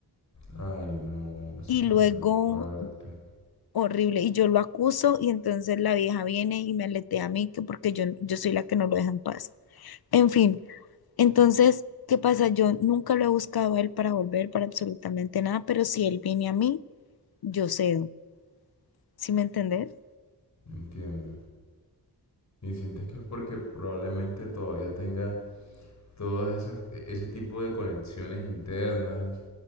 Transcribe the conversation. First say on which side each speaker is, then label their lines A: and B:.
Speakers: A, on the left; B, on the left.
A: Ay, no, esa
B: Y
A: es la
B: luego,
A: peor parte,
B: horrible, y yo lo acuso y entonces la vieja viene y me aletea a mí que porque yo, yo soy la que no lo deja en paz. En fin, entonces, ¿qué pasa? Yo nunca lo he buscado a él para volver, para absolutamente nada, pero si él viene a mí, yo cedo. ¿Sí me entendés?
A: entiendo. Y sientes que es porque probablemente todavía tengas todas esas e, ese tipo de conexiones internas,